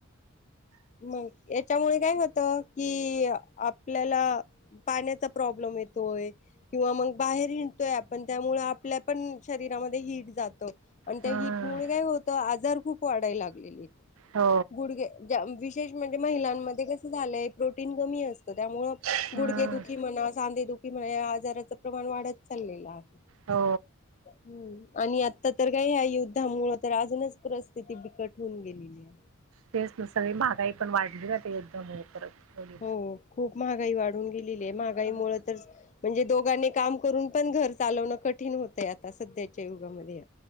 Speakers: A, on the left (about 35°); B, on the right (about 70°).
A: मग याच्यामुळे काय होत कि आपल्याला पाण्याचा प्रॉब्लेम येतोय किंवा मग बाहेर हिंडतोय आपण त्यामुळे आपल्या पण शरीरामध्ये हिट जात आणि त्या
B: हम्म
A: हीट मु काय होत आजार खूप वाढायला लागले इथ
B: हो
A: गुडगे विशेष म्हणजे महिलांमध्ये कसं झालंय प्रोटीन कमी असत त्यामुळे
B: हम्म
A: गुडघे दुखी म्हणा सांदे दुखी म्हणा किती वेळा आजाराच प्रमाण वाढत चाललेलं आहे
B: हो
A: हम् आणि आता तर काय ह्या युद्धामुळ तर अजूनच परिस्थिती बिकट होऊन गेलेली आहे
B: तेच ना सगळी महागाई पण वाढली दिल ते एक दोन वेळेस परत थोडी
A: हो खूप महागाई वाढ.. ही वाढून टिली
B: हम्म.
A: म्हणजे दोघनी काम करून पण घर चालवणं कठीण होतंय आता सध्याच्या युगामध्ये